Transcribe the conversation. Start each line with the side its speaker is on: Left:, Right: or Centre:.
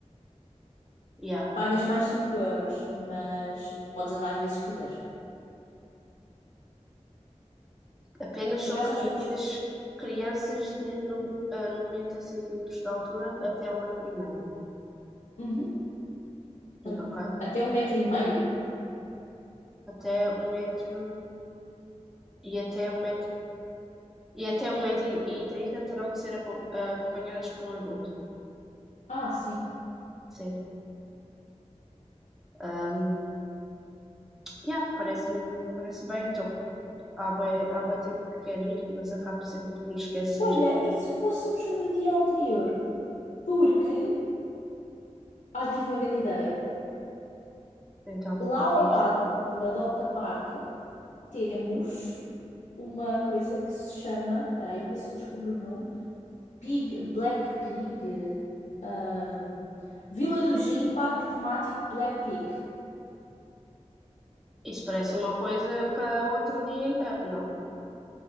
Centre: yeah.
Left: Pagas mais 5 euros, mas podes andar às vezes que quiseres.
Centre: Apenas
Left: Por
Centre: são
Left: acaso
Centre: permitidas
Left: nós fomos.
Centre: crianças de no, a 90 centímetros de altura até um metro e meio,
Left: Uhum,
Centre: ok?
Left: tranquilo. Até um metro e meio.
Centre: Até um metro e até um metro e até um metro e trinta terão de ser aco- acompanhadas por um adulto.
Left: Ah, sim.
Centre: Sim. Ahm, yeah, parece-me parece bem. Estou há bué, há bué tempo que quero ir, mas acabo sempre por me esquecer.
Left: Olha, e se fôssemos no dia anterior? Porque Ai, tive uma grande ideia.
Centre: Então,
Left: Lá ao
Centre: diz.
Left: lado do Badoca Park temos uma coisa que se chama, espera aí, ver se eu descubro o nome, Pig, Black Pig, ahm, Vila do Gin, Parque Temático Black Pig.
Centre: Isso parece uma coisa para outro dia inteiro, não?